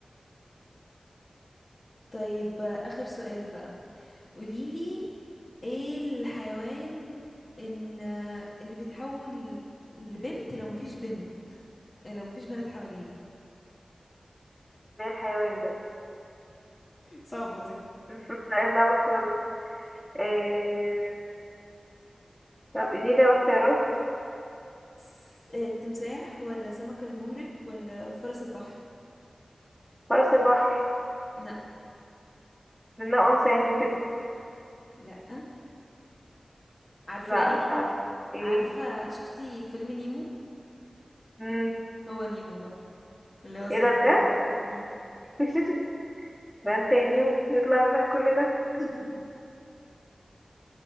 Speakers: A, on the left (about 45°); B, in the centre.
A: طيب آه، آخر سؤال بقى قوليلي ايه الحيوان ان اللي بيتحول لبنت لو مفيش بنت لو مفيش بنات حواليه
B: زي الحيوان ده
A: صعبة دي
B: <laughs> لا يصعب خالص آه، طب اديني ده اختيارات
A: س- آه، التمساح ولا سمك المهرج ولا فرس البحر
B: فرس البحر
A: لا
B: منها أنثى يعني وكده
A: لا عارفة
B: لا
A: ايه
B: مش عارفة ايه
A: عارفة شفتي فيلم نيمو
B: مم.
A: هو نيمو بقى اللي هو السمك
B: ايه ده بجد؟
A: المهرج ده مم.
B: <laughs> بان تاني ويطلع منك كل ده
A: <laughs>